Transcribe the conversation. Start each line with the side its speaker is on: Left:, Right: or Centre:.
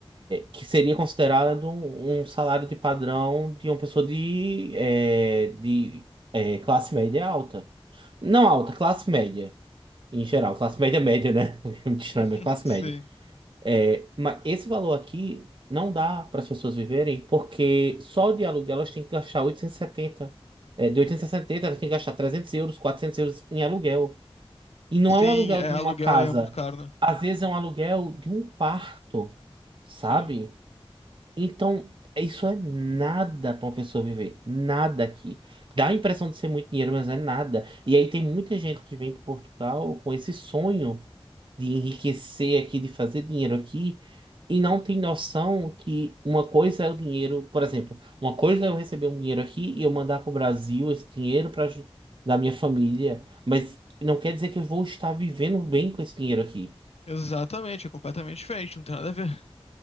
Right: que seria considerado um, um salário de padrão de uma pessoa de, é, de é, classe média alta. Não alta, classe média. Em geral, classe média média, né? <laughs> Muito estranho,
Left: <laughs>
Right: mas classe
Left: Sim.
Right: média. É, mas esse valor aqui não dá para as pessoas viverem, porque só de aluguel elas têm que gastar 870. É, de 870 elas têm que gastar 300 euros, 400 euros em aluguel. E não é
Left: Sim,
Right: um aluguel
Left: é,
Right: de
Left: aluguel
Right: uma casa.
Left: aí é muito caro, né?
Right: Às vezes é um aluguel de um quarto, sabe?
Left: Sim.
Right: Então, isso é nada para uma pessoa viver. Nada aqui. Dá a impressão de ser muito dinheiro, mas é nada. E aí tem muita gente que vem para Portugal com esse sonho de enriquecer aqui, de fazer dinheiro aqui, e não tem noção que uma coisa é o dinheiro, por exemplo, uma coisa é eu receber um dinheiro aqui e eu mandar para o Brasil esse dinheiro para da minha família, mas não quer dizer que eu vou estar vivendo bem com esse dinheiro aqui.
Left: Exatamente, é completamente diferente, não tem nada a ver.